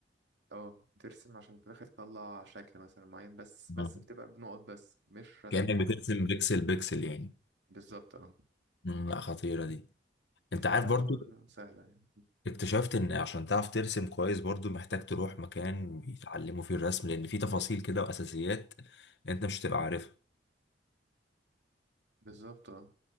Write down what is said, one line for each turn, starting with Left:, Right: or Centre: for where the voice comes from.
Right: اه ترسم عشان في الاخر تطلع شكل مثلا معين بس بس
Left: آه.
Right: بتبقى بنقط بس مش رسم
Left: كأنك
Right: حر
Left: بترسم بيكسل بيكسل يعني
Right: بالظبط اه
Left: مم، لا خطيرة دي انت
Right: فتعتبر
Left: عارف برضو
Right: سهلة يعني
Left: اكتشفت ان عشان تعرف ترسم كويس برضو محتاج تروح مكان بيتعلموا فيه الرسم لان في تفاصيل كده واساسيات انت مش هتبقى عارفها
Right: بالظبط اه